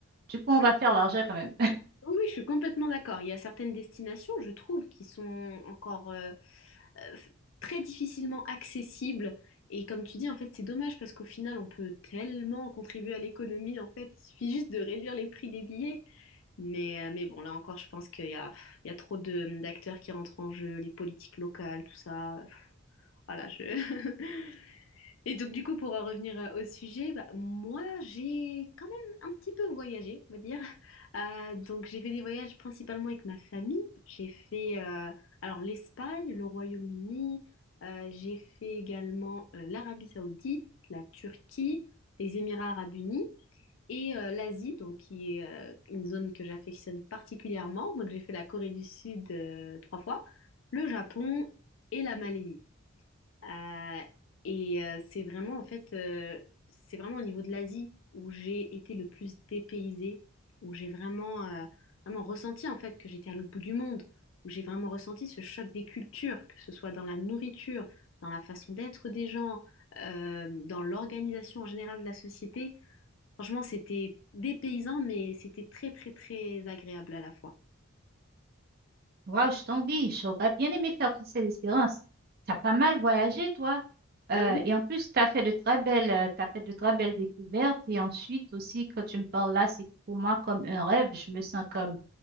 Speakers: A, on the right; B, on the left.
A: Du coup, on
B: <laughs>
A: va faire l'argent quand même.
B: Oui, oui, je suis complètement d'accord. Il y a certaines destinations, je trouve, qui sont encore euh, euh, f- très difficilement accessibles. Et comme tu dis, en fait, c'est dommage parce qu'au final, on peut tellement contribuer à l'économie. En fait, il suffit juste de réduire les prix des billets. Mais, euh, mais bon, là encore, je pense qu'il y a, pff, il y a trop de, d'acteurs qui rentrent en jeu, les politiques locales, tout ça. Pff, Voilà, je... <laughs> Et donc, du coup, pour en revenir euh, au sujet, bah, moi, j'ai quand même un petit peu voyagé, on va dire. <laughs> Euh, donc, j'ai fait des voyages principalement avec ma famille. J'ai fait, euh, alors, l'Espagne, le Royaume-Uni. euh, j'ai fait également euh, l'Arabie Saoudite, la Turquie, les Émirats Arabes Unis et euh, l'Asie, donc qui est euh, une zone que j'affectionne particulièrement. Donc, j'ai fait la Corée du Sud euh, trois fois, le Japon et la Malaisie. Euh, et euh, c'est vraiment, en fait, euh, c'est vraiment au niveau de l'Asie où j'ai été le plus dépaysée, où j'ai vraiment, euh, vraiment ressenti, en fait, que j'étais à l'autre bout du monde, où j'ai vraiment ressenti ce choc des cultures, que ce soit dans la nourriture, dans la façon d'être des gens, euh, dans l'organisation en général de la société. Franchement, c'était dépaysant, mais c'était très, très, très agréable à la fois.
A: Waouh, je t'envie. J'aurais bien aimé faire toute cette expérience. T'as pas mal voyagé, toi. Euh,
B: Euh, oui,
A: et en plus, t'as fait de très belles, euh, t'as fait de très belles découvertes. Et ensuite aussi, quand tu me parles là, c'est pour moi comme un rêve. Je me sens comme,